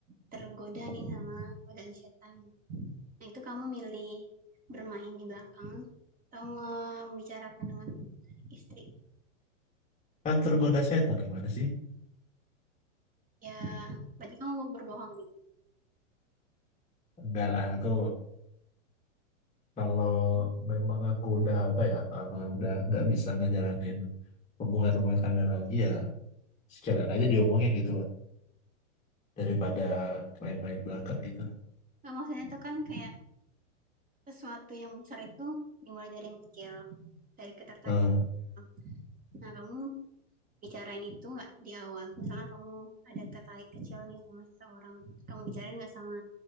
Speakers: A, on the right; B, on the left.
A: tergoda nih sama godaan setan. Nah, itu kamu milih bermain di belakang atau membicarakan dengan istri.
B: Kan tergoda setan gimana sih?
A: Ya, berarti kamu mau berbohong gitu.
B: Enggak lah, aku kalau memang aku udah apa ya, karena udah nggak bisa ngejalanin hubungan rumah tangga lagi ya, sekalian aja diomongin gitu loh, daripada main-main belakang gitu.
A: Nah, maksudnya itu kan kayak sesuatu yang besar itu dimulai dari yang kecil, dari ketertarikan
B: Hmm.
A: kecil. Nah, kamu bicarain itu nggak di awal? Misalnya kamu ada tertarik kecil nih sama seseorang, kamu bicarain nggak sama